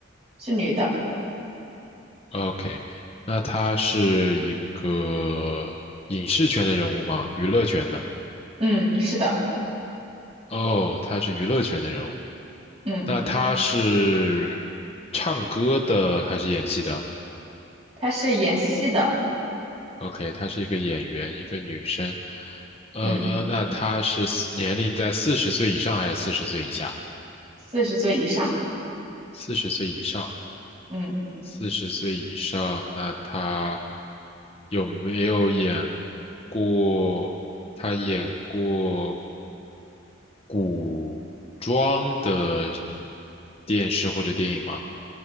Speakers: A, on the right (about 30°); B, on the left (about 30°).
A: 是女的。
B: ？OK，那他是一个影视圈的人物吗？娱乐圈的？
A: 嗯，是的，
B: 哦，他是娱乐圈的人物，
A: 嗯，
B: 那他是唱歌的还是演戏的
A: 她是演戏的，
B: ？OK，她是一个演员，一个女生。呃，
A: 嗯，
B: 那她是四年龄在四十岁以上还是四十岁以下？
A: 四十岁以上，
B: 四十岁以上，
A: 嗯。
B: 四十岁以上，那她有没有演过？她演过古装的电视或者电影吗？